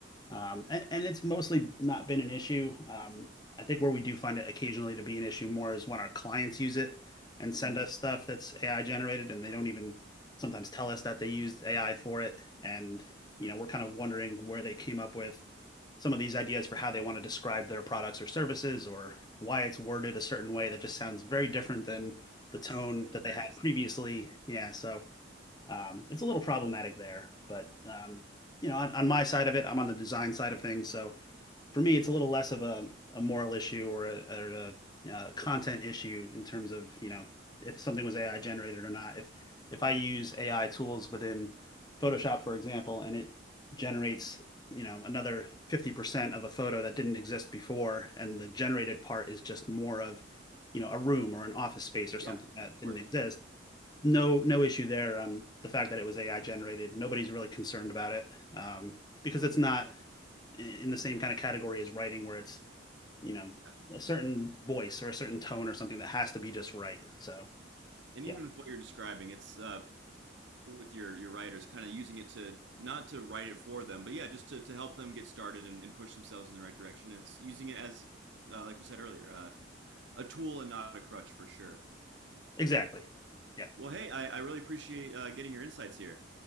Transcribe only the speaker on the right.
Mhm.
that's
that's
hilarious.
Yeah,
yeah, of
course.
Yeah,
and
even with what you're describing, it's uh, with your your writers, kind of using it to not to write it for them, but yeah, just to to help them get started and, and push themselves in the right direction. It's using it as, uh, like we said earlier, uh, a tool and not a crutch for sure.
Well, hey, I, I really appreciate uh, getting your insights here.